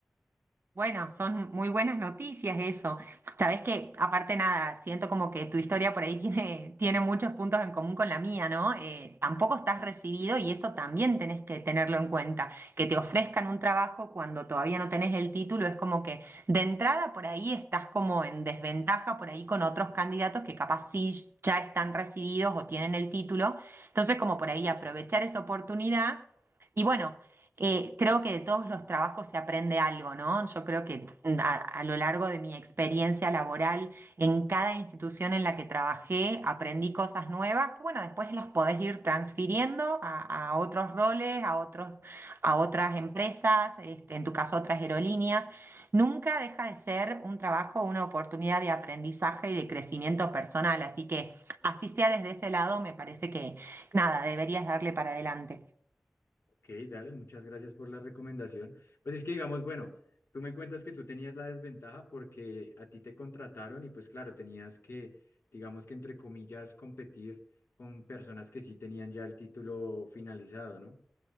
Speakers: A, on the right (about 65°); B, on the left (about 90°).
A: Bueno, son muy buenas noticias eso. Sabes que, aparte nada, siento como que tu historia por ahí <laughs> tiene, tiene muchos puntos en común con la mía, ¿no? Eh, tampoco estás recibido y eso también tenés que tenerlo en cuenta. Que te ofrezcan un trabajo cuando todavía no tenés el título es como que de entrada por ahí estás como en desventaja por ahí con otros candidatos que capaz sí ya están recibidos o tienen el título. Entonces, como por ahí aprovechar esa oportunidad. Y bueno. Eh, creo que de todos los trabajos se aprende algo, ¿no? Yo creo que a, a lo largo de mi experiencia laboral, en cada institución en la que trabajé, aprendí cosas nuevas que, bueno, después las podés ir transfiriendo a, a otros roles, a otros, a otras empresas, este, en tu caso, otras aerolíneas. Nunca deja de ser un trabajo, una oportunidad de aprendizaje y de crecimiento personal. Así que, así sea desde ese lado, me parece que, nada, deberías darle para adelante.
B: Ok, dale, muchas gracias por la recomendación. Pues es que digamos, bueno, tú me cuentas que tú tenías la desventaja porque a ti te contrataron y pues claro, tenías que, digamos que entre comillas, competir con personas que sí tenían ya el título finalizado, ¿no?